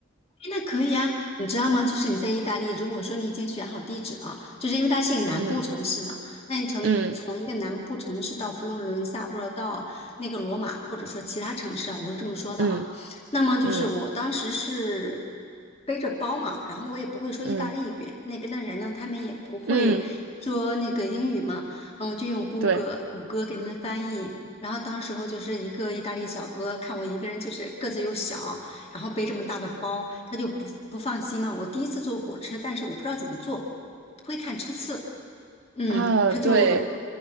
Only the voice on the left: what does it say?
那可以啊，你知道吗？就是你在意大利，如果说你已经选好地址了，就是因为它是一个南部城市嘛，
那你从从一个南部城市到佛罗伦萨，
或者到那个罗马，或者说其他城市啊，我是这么说的啊。
那么就是我当时是
背着包嘛，然后我也不会说意大利语，
那边的人呢，他们也不会说那个英语嘛，
嗯，我就用谷歌谷歌给他们翻译。
然后当时候就是一个意大利小哥看我一个人就是个子又小。然后背这么大的包，他就不不放心嘛。我第一次坐火车，但是我不知道怎么坐，我不会看车次。嗯，
他就，